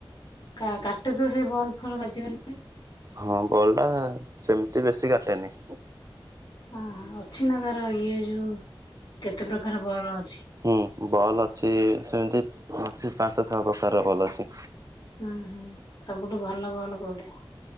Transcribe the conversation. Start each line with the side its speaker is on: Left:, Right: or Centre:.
Left: କା-କାଟୁ ଥିବ ସେଇ ବଲ୍ ଫଲ୍ ବାଜିଗନେ।
Right: ହଁ ବଲ୍ ଟା ସେମିତି ବେଶୀ କାଟେନି।
Left: ହଁ ହଁ ଅଛି ନା ତାର ଇଏ ଯୋଉ କେତେ ପ୍ରକାର ବଲ୍ ଅଛି।
Right: ହୁଁ ବଲ୍ ଅଛି ସେମିତି ଅଛି ପାଞ୍ଚ ଛଅ ପ୍ରକାରର ବଲ୍ ଅଛି।
Left: ଉଁ ହୁଁ ସବୁଠୁ ଭଲ ବଲ୍ କୋଉଟା?